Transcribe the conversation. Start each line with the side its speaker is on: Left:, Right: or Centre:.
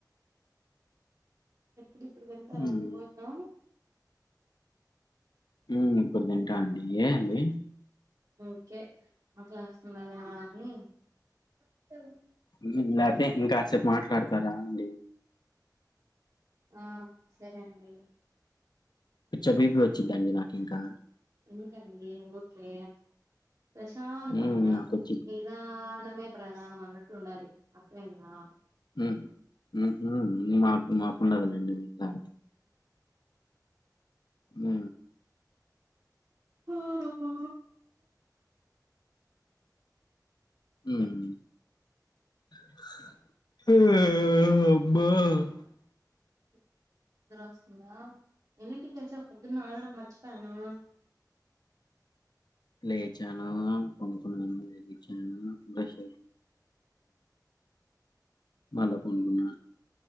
Right: ఎప్పుడు ఇప్పుడు తింటారా
Left: హ్మ్.
Right: అండి భోజనం
Left: ఉమ్ ఇప్పుడు తింటా అండి ఏ అండి
Right: ఓకే ఆ క్లాస్ మళ్ళా నాకి కొత్తది
Left: హ్మ్. లేతే ఇంకాసేపు మాట్లాడు తార అండి
Right: ఆ సరే అండి
Left: పిచ్చా బి పి వచ్చిదండీ నాకి ఇంకా
Right: ఎందుకండి ఊరికే ప్రశాంతంగా
Left: హ్మ్. నాకొచ్చిద్ది.
Right: నిదానమే ప్రధానం అన్నట్లు ఉండాలి అర్థమైందా
Left: ఉ ఉహు మాకు మాకు ఉండది లేండి నిదానం ఉ
Right: హ ఆ
Left: ఉమ్ అమ్మా
Right: నిద్దర వస్తుందా ఎన్నింటికి లేచవు పొద్దున్న ఆడగడం మర్చిపోయాను
Left: లేచాను పోనుకున్నాను లేగిచ్చాను బ్రష్ మల్ల పనుకున్నా